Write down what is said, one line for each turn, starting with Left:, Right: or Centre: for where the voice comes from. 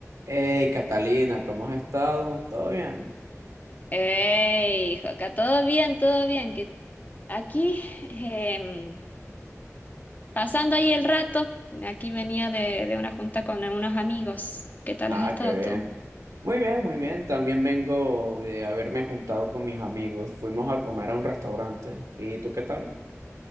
Right: Hey, Catalina, ¿cómo has estado? ¿Todo bien?
Left: Hey, hijo, acá todo bien, todo bien. Que aquí, em, pasando ahí el rato, aquí venía de, de una junta con algunos amigos. ¿Qué tal
Right: Ah,
Left: has estado
Right: qué bien.
Left: tú?
Right: Muy bien, muy bien. También vengo de haberme juntado con mis amigos. Fuimos a comer a un restaurante. ¿Y tú qué tal?